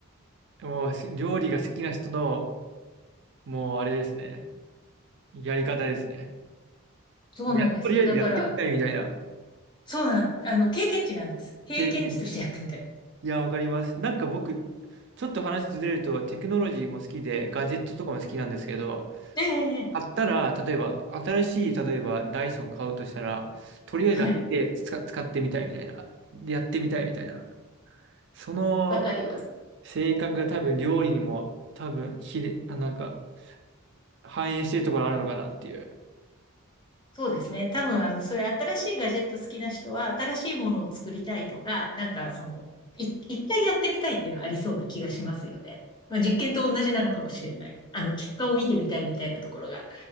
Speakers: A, on the right; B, on the left.
A: あ、もうし料理が好きな人の、もうあれですね。やり方ですね。
B: そうなんですよ。
A: もうやとりあえずやってみたいみたいな
B: だから、そうなん、あの、経験値なんです。経験値としてやってみた。
A: 経験いや、わかります。なんか僕、ちょっと話ずれると、テクノロジーも好きで、ガジェットとかも好きなんですけど、
B: ええ、ええ、
A: 買ったら、例えば、新しい、例えば、ダイソン買うとしたら、とりあえず開けて使、
B: はい。
A: 使ってみたいみたいな、でやってみたいみたいな、その
B: わかります。
A: 性格が多分、料理にも、多分、ひれ、あ、なんか、反映してるところあるのかなっていう。
B: そうですね。多分、あの、そういう新しいガジェット好きな人は、新しいものを作りたいとか、なんか、その、い、一回やってみたいっていうのはありそうな気がしますよね。まあ、実験と同じなのかもしれない。あの、結果を見てみたいみたいなところが